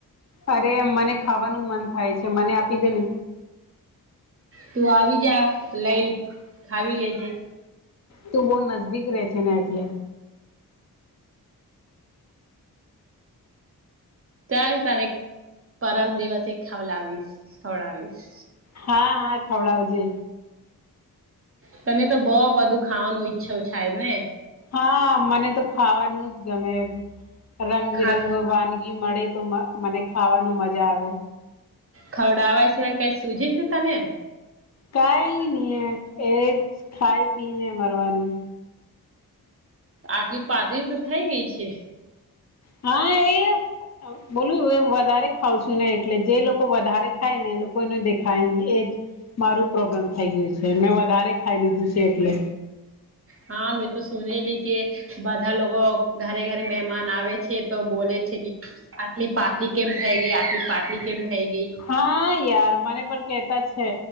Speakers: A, on the left; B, on the right.
A: અરે મને ખાવાનું મન થાય છે મને આપી દે ને.
B: તું આવી જા લઈ ખાવી લેજે
A: તું બવ નજદીક રે છે ને એટલે,
B: ચાલ તને પરમ દિવસ સે ખાવ લાવવીસ ખવડાવીશ,
A: હા હા ખવડાવજે
B: તને તો બવ બધું ખાવાનું ઈચ્છો થાય ને
A: હા, મને તો ખાવાનું જ ગમે રંગબેરંગો
B: ખા
A: વાનગી મળે તો મસ્ત મને ખાવાનું મજા આવે.
B: ખવડાવા સિવાય કઈ સુજે છે તને?
A: કાંઈ નીએ એજ ખાઈ પી ને મરવાનું.
B: આટલી પાતળી તો થઈ ગઈ છે.
A: હા એ. બોલું હવે વધારે ખાવ છું ને એટલે જે લોકો વધારે ખાય ને એ લોકો ને દેખાય નહી એજ. મારું પ્રોબ્લેમ થઈ ગયું છે મેં વધારે ખાઈ લીધું છે એટલે.
B: હા મેં તો સુનેલી કે બધા લોકો ઘરે-ઘરે મહેમાન આવે છે, તો બોલે છે કી આટલી પાતલી કેમ થઈ ગઈ આટલી પાતલી કેમ થઈ ગઈ.
A: હા યાર મને પણ કેતા છે,